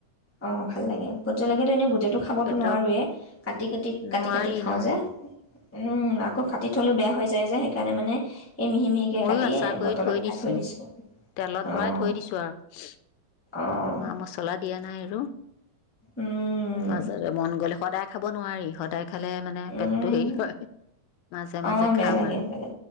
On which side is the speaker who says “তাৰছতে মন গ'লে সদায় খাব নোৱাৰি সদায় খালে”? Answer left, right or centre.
Left